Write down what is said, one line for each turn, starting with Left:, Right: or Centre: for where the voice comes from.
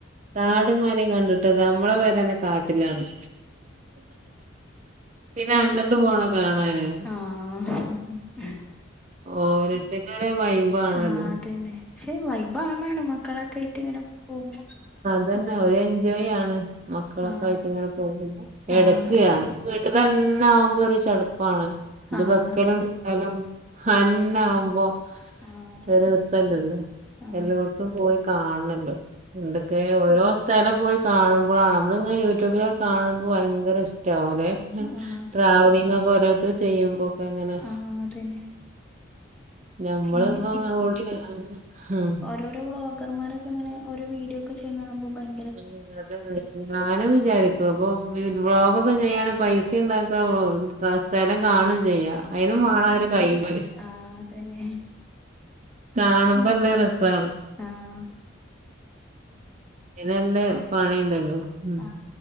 Right: കാടുംമലിം കണ്ട്ട്ട് നമ്മളെ പെരേനെ കാട്ട്ലാണ് പിന്നെ അങ്ങട്ട് പോണോ കാണാന്.
Centre: ആഹ് ഉം
Right: ഓരോര്ത്തര്ക്ക് ഓരോ വൈബാണത്.
Centre: ആഹ് അതന്നെ പക്ഷെ വൈബാണാണ് മക്കളൊക്കായിട്ട് ങ്ങനെ പോകുമ്പോ.
Right: അതെന്നെ ഒരു എൻജോയാണ് മക്കളൊക്കായ്റ്റ്
Centre: ആഹ്
Right: ങ്ങനെ പോകുമ്പോ എടക്ക്
Centre: ആഹ് അതന്നെ
Right: അത് വീട്ട്ലെന്നെ ആവുമ്പോ ഒരു ചടുപ്പാണ് ഇത്
Centre: ആഹ്
Right: വെക്കലും
Centre: അത്
Right: തിന്നലും ഹന്നാവുമ്പോ
Centre: ആഹ് ആഹ് അതെ
Right: ഒരു
Centre: അതെ
Right: രസല്ലല്ലോ
Centre: ആഹ്
Right: എല്ലോട്ത്തും പോയി കാണ്ണല്ലോ എന്തക്കെ ഓരോ സ്ഥലം പോയി കാണുമ്പളാണ് ഞമ്മള്ങ്ങനെ യൂട്യൂബിലൊക്കെ കാണുമ്പോ ഭയങ്കരഷ് ടാവോലെ
Centre: ആഹ് ആഹ്
Right: ട്രാവലിങൊക്കെ ഓരോരുത്തര് ചെയ്യുമ്പോക്കെങ്ങനെ
Centre: ആഹ് അതന്നെ
Right: ഞമ്മള്പ്പങ്
Centre: പിന്നെ
Right: ഓടി അങ് ഹ്
Centre: ഓരോ വ്ലോകർമാരൊക്കെ ഓരോ വീഡിയോക്കെ ചെയ്യ്ന്നാണുമ്പോ ഭയ്
Right: ഉം അതാണത് ഞാനും വിചാരിക്കും അപ്പൊ പിൻ വ്ലോഗൊക്കെ ചെയ്യാണെങ്കി പൈസണ്ടാക്ക വോ അ സ്ഥല കാണും ചെയ്യ അയ്നും വാണൊരു കയ് വ്
Centre: ആഹ് അതന്നെ
Right: കാണുമ്പല്ല
Centre: ഉം
Right: രസാണ്
Centre: ആഹ്
Right: യ്നല്ലെ പണിണ്ടല്ലോ ഉം
Centre: ആ